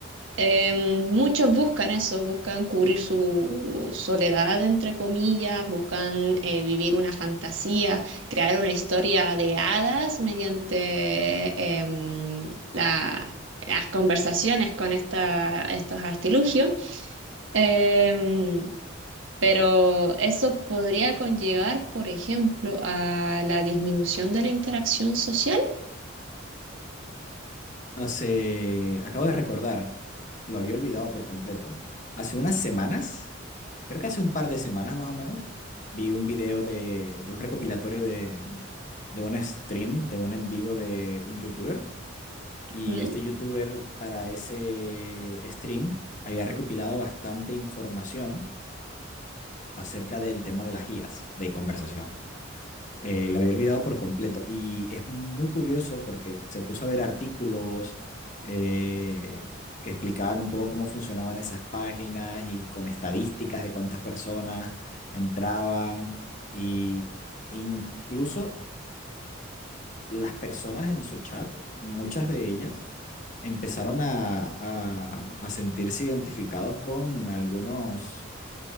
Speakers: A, on the right; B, on the left.
A: eh, muchos buscan eso, buscan cubrir su soledad, entre comillas, buscan eh, vivir una fantasía, crear una historia de hadas mediante em, la- las conversaciones con esta, estos artilugios. Em, pero eso podría conllevar, por ejemplo, a la disminución de la interacción social.
B: Hace, acabo de recordar lo había olvidado por completo. Hace unas semanas, creo que hace un par de semanas más o menos, vi un video de, de un recopilatorio de, de un stream, de un en vivo de un youtuber. Y
A: Ujú.
B: este youtuber para ese stream había recopilado bastante información acerca del tema de las guías de conversación. Eh, lo había olvidado por completo. Y es muy curioso porque se puso a ver artículos eh, que explicaban un poco cómo funcionaban esas páginas y con estadísticas de cuántas personas entraban. Y incluso las personas en su chat, muchas de ellas, empezaron a, a a sentirse identificados con algunos